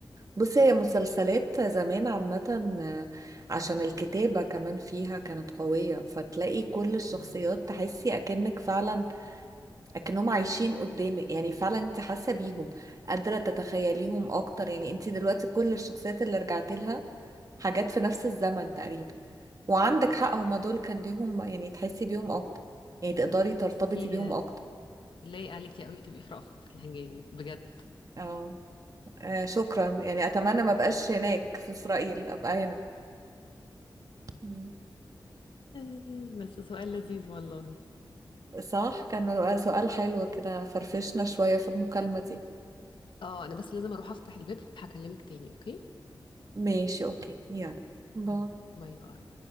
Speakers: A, on the right (about 45°); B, on the left (about 85°).
A: بصي هي مسلسلات زمان عامة آه، عشان الكتابة كمان فيها كانت قوية فتلاقي كل الشخصيات
B: مم.
A: تحسي أكنك فعلا لكنهم عايشين قدامك يعني فعلا انت حاسه بيهم قادره تتخيليهم اكتر يعني انت دلوقتي كل الشخصيات اللي رجعت لها حاجات في نفس الزمن تقريبا وعندك
B: ايوه
A: حق هما دول كان ليهم يعني تحسي بيهم اكتر يعني تقدري ترتبطي
B: بس انتي
A: بيهم
B: آه،
A: اكتر
B: لايق عليكي قوي تبقي في رأفت الهجان بجد
A: اه آه، شكرا يعني اتمنى ما بقاش هناك في اسرائيل ابقى هنا مم.
B: <laughs> بس سؤال لذيذ والله
A: صح كان سؤال حلو كده فرفشنا شويه في المكالمه دي
B: اه انا بس لازم اروح افتح الباب هكلمك تاني اوكي
A: ماشي اوكي يلا باي
B: يلا، باي باي